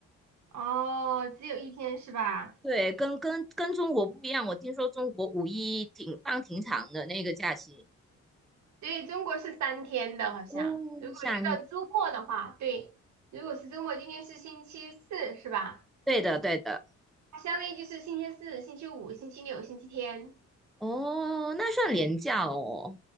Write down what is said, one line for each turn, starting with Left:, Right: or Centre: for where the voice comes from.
Right: 哦，只有一天是吧？
Centre: 对，跟跟跟中国不一样，我听说中国五一挺放挺长的那个假期。
Right: 对，中国是三天的，好像。
Centre: 哦，
Right: 如果遇到周末的话，
Centre: 想
Right: 对，如果是周末，今天是星期四，是吧？
Centre: 对的，对的。
Right: 它相当于就是星期四、星期五、星期六、星期天。
Centre: 哦，那算廉价哦。